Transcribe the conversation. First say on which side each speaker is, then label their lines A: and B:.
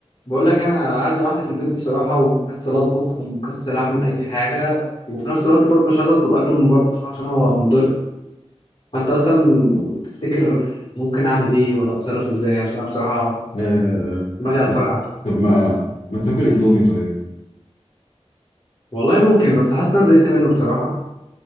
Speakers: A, on the left; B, on the left.
A: بقول لك انا قاعد لوحدي في البيت بصراحه ومكسل اطبخ ومكسل اعمل اي حاجه وفي نفس الوقت برضه مش عايز اطلب اكل من بره بصراحه عشان هو مضر فانت اصلا تفتكر ممكن اعمل ايه ولا اتصرف ازاي عشان انا بصراحه
B: آه
A: دماغي هتفرقع
B: طب ما ما تاكل اندومي طيب
A: والله ممكن بس حاسس ان انا زهقت منه بصراحه